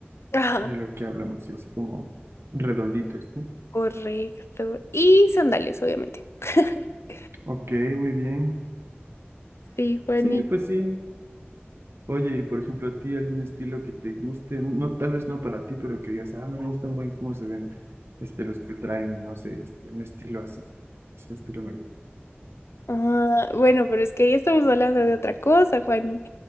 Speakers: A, on the left (about 80°); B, on the right (about 70°).
A: Ajá,
B: de lo que hablamos, sí, así como redonditos, ¿no?
A: correcto. Y sandalias, obviamente. <laughs>
B: Ok, muy bien.
A: Sí, Juani.
B: Sí, pues sí. Oye, y por ejemplo, a ti algún estilo que te guste, no, tal vez no para ti, pero que digas, ah, no me gustan buen cómo se ven, este, los que traen, no sé, este, un estilo así. Ese estilo me gusta.
A: Ah, bueno, pero es que ahí estamos hablando de otra cosa, Juani,